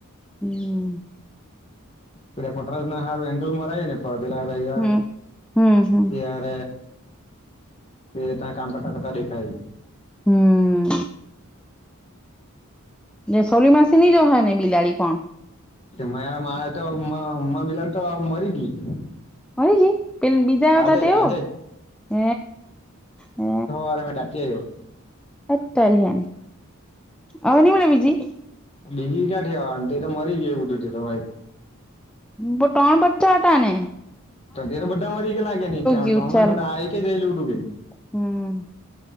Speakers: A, in the centre; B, on the left.
A: હમ.
B: પે પટરાસ ના સારું એંગલ મરા આવી ને પણ પેલા ભ યાર
A: હમ હમ હમ
B: તાર. સ ત કામ કટા કટા લેખાય.
A: હમ. સોર માસી ની જ હોય ને બિલાડી પણ?
B: મા મા તો પલાને તો મરી ગયું.
A: હો ન પ બજા
B: આજે
A: ત તેઓ
B: જ આજે જ
A: હ હ?
B: ડાકી આવ્યો.
A: અતારી હની, હવેની મળ બીજી?
B: બીજી ક્યાંઠવા તે તો મરી ગય ઉટું તે તો વાઈટ.
A: પટોણ બચા હટાને?
B: એને બા મરી ગેલાાગે ત્યા
A: ગયું ચાલ
B: બધા આ એક કે જયું ઉઠું કેે.
A: હમ,